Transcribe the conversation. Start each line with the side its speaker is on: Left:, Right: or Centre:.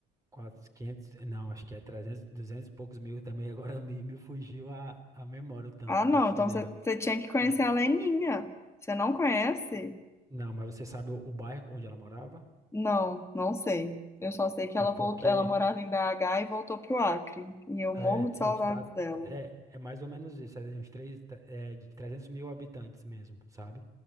Right: 400, 500 não, acho que é 300 200 e poucos mil também. Agora <laughs> me, me fugiu a, a memória o tanto,
Left: Ah, não,
Right: pra te
Left: então
Right: dizer.
Left: você você tinha que conhecer
Right: What?
Left: a Leninha. Você não conhece?
Right: Não, mas você sabe o, o bairro onde ela morava?
Left: Não, não sei. Eu só sei que ela,
Right: É porque
Left: voltou, ela morava em BH e voltou pro Acre. E eu morro
Right: é,
Left: de saudades
Right: a gente tá.
Left: dela.
Right: É, é mais ou menos isso, é de uns três, é, de 300 mil habitantes mesmo, sabe?